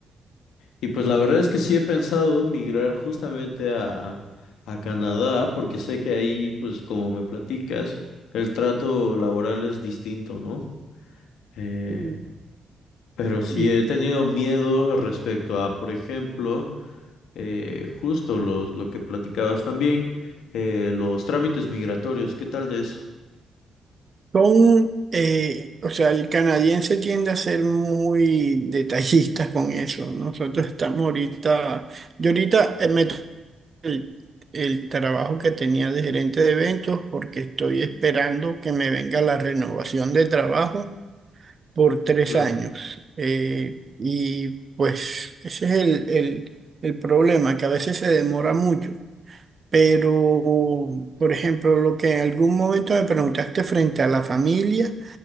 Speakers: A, on the left; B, on the right.
A: y pues la verdad es que sí he pensado migrar justamente a, a Canadá porque sé que ahí, pues como me platicas, el trato laboral es distinto, ¿no? Eh,
B: Y
A: pero sí
B: y
A: he tenido miedo respecto a, por ejemplo, eh, justo los, lo que platicabas también, eh, los trámites migratorios, ¿qué tal de eso?
B: son, eh, o sea, el canadiense tiende a ser muy detallista con eso. ¿no? Nosotros estamos ahorita, yo ahorita eh, me to- el, el trabajo que tenía de gerente de eventos porque estoy esperando que me venga la renovación de trabajo por tres
A: Claro.
B: años. Eh, y pues ese es el, el el problema, que a veces se demora mucho. Pero, por ejemplo, lo que en algún momento me preguntaste frente a la familia,